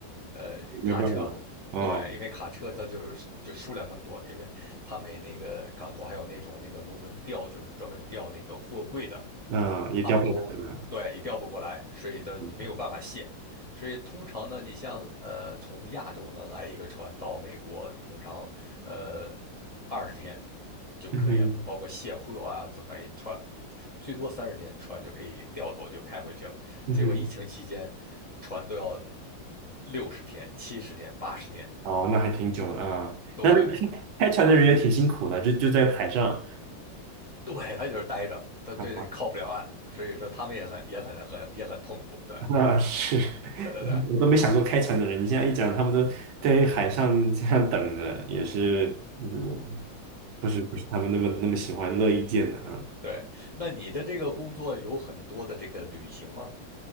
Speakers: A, on the left; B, on the right.
A: 呃，卡车对，
B: 没办法，嗯，
A: 因为卡车它就是就数量那么多，因为它每那个港口还有那种那个龙门吊，就是专门吊那个货柜的，
B: 那、也调不来是吧？
A: 他们都对也调不过来，所以它没有办法卸。
B: 嗯
A: 所以通常呢，你像呃从亚洲呢来一个船到美国，通常呃二十天就可以了，
B: 嗯哼
A: 包括卸货啊，就等于船最多三十天船就可以掉头就开回去了。
B: 嗯哼，
A: 结果疫情期间，船都要六十天、七十天、八十天，
B: 哦，那还挺久的啊，
A: 对
B: 那那开开船的人也挺辛苦的，就就在海上
A: 对，他就是待着，他对靠不了岸，
B: 啊，
A: 所以说他们也很也很很也很痛苦。对
B: 那是。
A: 对对对
B: 我都没想过开船的人，你现在一讲，他们都在海上这样等着，也是，嗯，不是不是他们那么那么喜欢乐意见的啊。
A: 对，那你的这个工作有很多的这个旅行吗？